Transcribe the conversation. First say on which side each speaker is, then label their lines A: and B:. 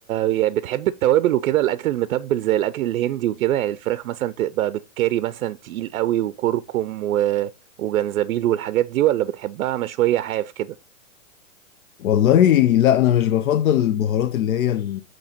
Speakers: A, on the right; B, on the left.
A: يعني بتحب التوابل وكده الاكل المتبل زي الاكل الهندي وكده يعني الفراخ مثلا تبقى بالكاري مثلا تقيل قوي وكركم و... وجنزبيل والحاجات دي ولا بتحبها مشوية حاف كده
B: والله لا انا مش بفضل البهارات اللي هي